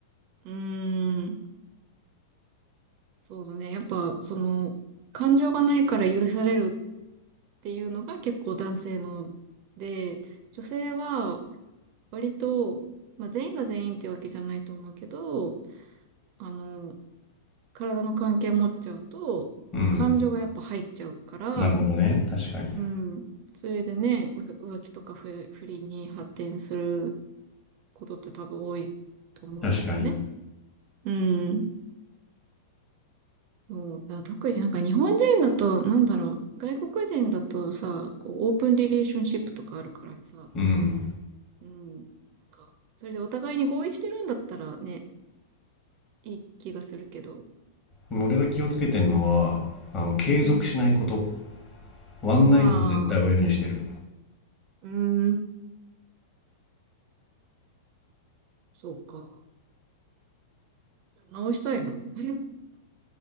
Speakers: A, on the right; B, on the left.
A: うーん、そうだね。やっぱ、その、感情がないから許されるっていうのが結構男性ので、女性は割と、まあ全員が全員ってわけじゃないと思うけど、あの、体の関係持っちゃうと、
B: うん
A: 感情がやっぱ入っちゃうから、
B: なるほどね確かに
A: うん。それでね、う浮気とか不、不倫に発展することって多分多いと思うんだよね。
B: 確かに
A: うん。そう、だから特になんか日本人だと、なんだろう、外国人だとさ、こう、オープンリレーションシップとかあるからさ、
B: うん
A: うん。なんか、それでお互いに合意してるんだったらね、いい気がするけど。
B: でも俺が気をつけてんのはあの継続しないこと
A: うん。
B: ワンナイトで絶対終わるようにしてる
A: ああ、うん、そうか。直したいの <laughs>